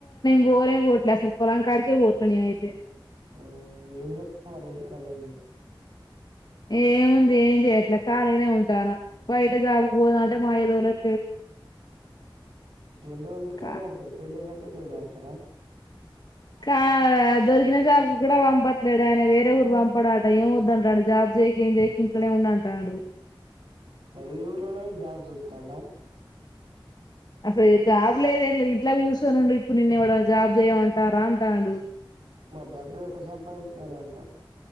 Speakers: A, on the left (about 50°); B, on the right (about 80°).
A: బోరే బోవట్లే అసలు పొలాంకడికే బోవట్లే నేనయితే
B: ఆ ఏం చేత్ <inaudible> మరి ఇంటికాడ ఉండి.
A: ఏముంది ఏం చెయట్లే ఖాళీగనే ఉంటానా. బయట జాబుకు పోదాం అంటే మా అయ్య దోలట్
B: ఇంకెన్న్ రోజులు దేవులాడుతారు
A: కా
B: పెళ్ళైనంక దేవులాడుతర
A: కా దొరికిన జాబ్ కూడ పంపట్లేడు ఆయన వేరే ఊరుకు పంపడట ఏం వొద్దన్ టండు జాబ్ జేయ్యకి ఏం జేయ్యకి ఇంట్లోనే ఉండు అంటాండు.
B: మరి ఈ ఊర్లనే జుత్తాండ.
A: అసలు ఏ జాబ్ లేదు ఏం లేదు ఇంట్లా కూర్సోనుండు. ఇప్పుడు నిన్న్ ఎవ్వడన్న జాబ్ చేయమంటారా అంటాడు.
B: మర్ డబ్బులు ఎట్ల సంపాదించాలంట?